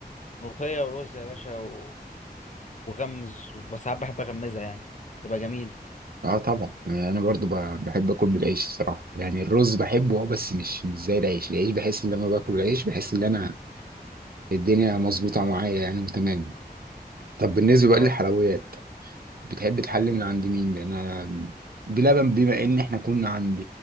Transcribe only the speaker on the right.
اه طبعا يعني انا برضو ب- بحب اكل بالعيش الصراحه يعني الرز بحبه اه بس مش مش زي العيش العيش بحس ان لما باكل العيش بحس ان انا الدنيا مظبوطه معايا يعني وتمام طب بالنسبه بقى
للحلويات بتحب تحلي من عند مين لان انا بلبن بما ان احنا كنا عند